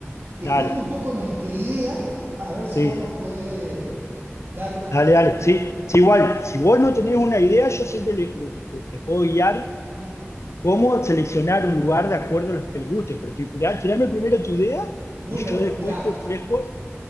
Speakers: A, on the right (about 55°); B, on the left (about 80°).
A: Te
B: dale,
A: cuento un poco nuestra idea, a ver si
B: sí,
A: vos nos podés dar una mano.
B: dale, dale. Sí, sí, igual,
A: La-
B: si vos no tenés una idea, yo siempre le- le- te, te puedo guiar
A: Mm.
B: cómo seleccionar un lugar de acuerdo a lo que le guste, pero ti- tirá- tirame primero tu idea
A: Bueno,
B: y yo después
A: mirá,
B: te ofrezco